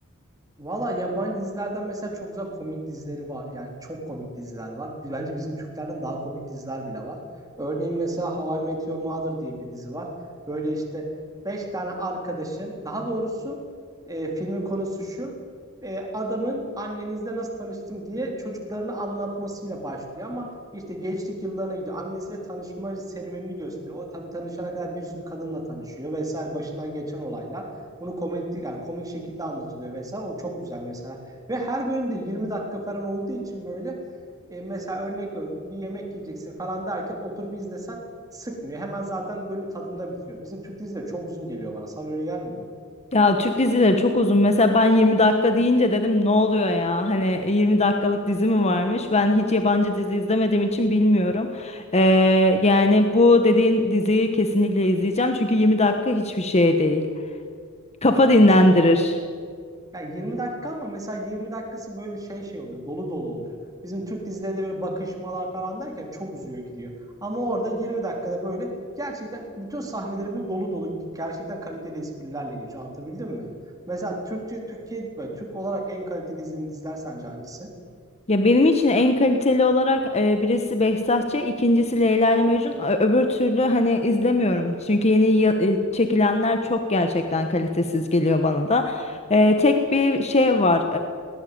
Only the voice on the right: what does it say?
Valla yabancı dizilerden mesela çok güzel komik dizileri var. Yani çok komik diziler var. Bence bizim Türklerden daha komik diziler bile var. Örneğin mesela How I Met Your Mother diye bir dizi var. Böyle işte 5 tane arkadaşın, daha doğrusu e, filmin konusu şu. e, adamın annenizle nasıl tanıştım diye çocuklarını anlatmasıyla başlıyor. Ama işte gençlik yıllarına gidiyor. Annesiyle tanışma serüvenini gösteriyor. O tabii tanışana kadar bir sürü kadınla tanışıyor vesaire başından geçen olaylar. Bunu komedi yani komik şekilde anlatılıyor vesaire. O çok güzel mesela. Ve her bölümde 20 dakika falan olduğu için böyle e, mesela örnek veriyorum bir yemek yiyeceksin falan derken oturup izlesen sıkmıyor. Hemen zaten bölüm tadında bitiyor. Bizim Türk dizileri çok uzun geliyor bana. Sana öyle gelmiyor mu?
Ya
mesela Yani 20 dakika ama mesela 20 dakikası böyle şey şey oluyor. Dolu dolu oluyor. Bizim Türk dizilerinde böyle bakışmalar falan derken çok uzuyor gidiyor. Ama orada 20 dakikada böyle gerçekten bütün sahneleri böyle dolu dolu gerçekten kaliteli esprilerle geçiyor. Anlatabildim mi? Mesela Türkçe Türkiye böyle Türk olarak en kaliteli izlediğin diziler sence hangisi?